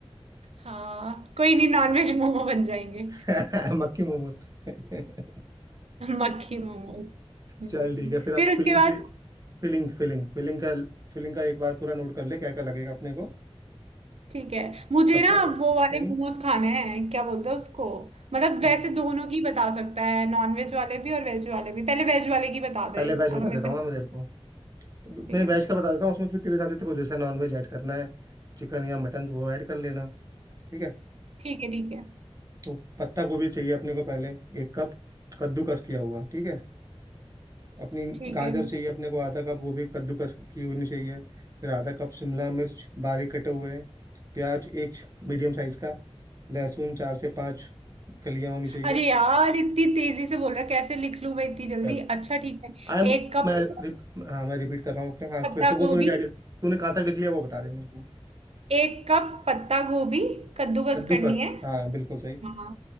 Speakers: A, on the right (about 70°); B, on the right (about 35°).
A: हाँ कोई नहीं नॉनवेज मोमो बन जाएंगे
B: <laughs> मक्खी मोमोज <laughs>
A: मक्खी मोमो हम्म
B: चल ठीक है फिर अब
A: फिर उसके
B: फिलिंग
A: बाद
B: की फिलिंग फिलिंग फिलिंग का फिलिंग का एक बार पूरा नोट कर ले क्या क्या लगेगा अपने को
A: ठीक है मुझे
B: पत्ता
A: ना
B: गोभी
A: वो वाले मोमोज
B: हम्म
A: खाने हैं क्या बोलते हैं उसको मतलब
B: क्या
A: वैसे
B: क्या-
A: दोनों की बता सकता है नॉन वेज वाले भी और वेज वाले भी पहले वेज वाले की बता
B: पहले
A: दे अगर
B: वेज बता
A: मेरे
B: देता हूँ
A: पे
B: ना मैं तेरे को तो
A: ठीक
B: मैं
A: है
B: वेज का बता देता हूँ उसमें फिर तेरे हिसाब से तेरे को जैसा नॉन वेज ऐड करना है चिकन या मटन वो ऐड कर लेना ठीक है
A: ठीक है ठीक है
B: तो पत्ता गोभी चाहिए अपने को पहले एक कप कद्दूकस किया हुआ ठीक है अपनी
A: ठीक
B: गाजर
A: है
B: चाहिए अपने को आधा कप वो भी कद्दूकस की होनी चाहिए फिर आधा कप शिमला मिर्च बारीक कटे हुए प्याज एक मीडियम साइज का लहसुन चार से पाँच कलियां होनी चाहिए
A: अरे यार इतनी तेजी से बोल रहा है, कैसे लिख लूं मैं इतनी जल्दी
B: चल
A: अच्छा ठीक है
B: आई एम
A: एक कप
B: मैं रिप, हाँ मैं रिपीट कर रहा हूँ अपने हाँ
A: पत्ता
B: फिर से बोल
A: गोभी
B: तूने क्या तूने कहाँ तक लिख लिया वो बता दे मेरे को
A: एक कप पत्ता गोभी कद्दूकस
B: कद्दूकस
A: करनी है
B: हाँ बिल्कुल सही
A: हाँ